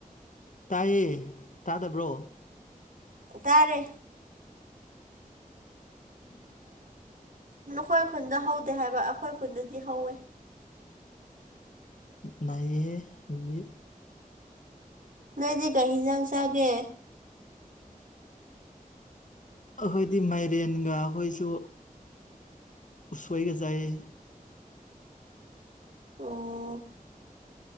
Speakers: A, on the left (about 60°); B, on the right (about 65°).
A: ꯇꯥꯏꯌꯦ ꯇꯥꯗꯕ꯭ꯔꯣ
B: ꯇꯥꯔꯦ
A: ꯎꯝ
B: ꯅꯈꯣꯏ ꯈꯨꯟꯗ ꯍꯧꯗꯦ ꯍꯥꯏꯕ ꯑꯩꯈꯣꯏ ꯈꯨꯟꯗꯗꯤ ꯍꯧꯋꯦ
A: ꯅꯩꯍꯦ ꯑꯗꯨꯗꯤ
B: ꯅꯣꯏꯗꯤ ꯀꯩ ꯍꯤꯟꯖꯥꯡ ꯆꯥꯒꯦ
A: ꯑꯩꯈꯣꯏꯗꯤ ꯃꯥꯏꯔꯦꯟꯒ ꯑꯩꯈꯣꯏꯁꯨ ꯎꯁꯣꯏꯒ ꯆꯥꯏꯌꯦ
B: ꯑꫭ